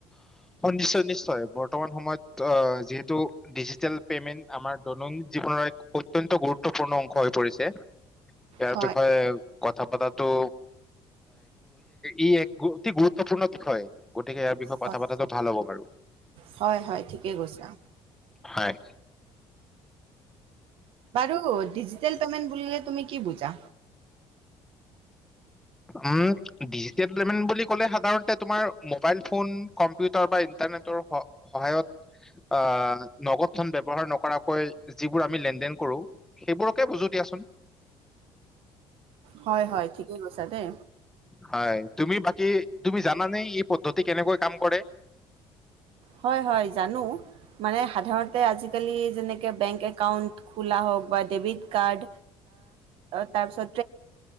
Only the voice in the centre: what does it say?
নিশ্চয় নিশ্চয় বৰ্তমান সময়ত যিহেতু ডিজিেল পেমেন্ট আমাৰ দৈনন্দিন জীৱনৰ এক অত্যন্ত গুৰুত্বপূৰ্ণ অংশ হৈ পৰিছে। ইয়াৰ
বিষয়ে কথা পতাটো ই এক অতি গুৰুত্বপূৰ্ণ বিষয় গতিকে ইয়াৰ বিষয় কথা
পতাটো ভাল হ'ব বাৰু
হয়
উম ডিজিটেল পেমেণ্ট বুলি কলে, সাধাৰণতে তোমাৰ মোবাইল ফোন, কম্পিউটাৰ বা ইণ্টাৰনেটৰ স সহায়ত আ নগদ ধন ব্যৱহাৰ নকৰাকৈ যিবোৰ আমি লেন দেন কৰোঁ, সেইবোৰকে বুজো দিয়াচোন।
হয় তুমি বাকী তুমি জানানে এই পদ্ধতি কেনেকৈ কাম কৰে।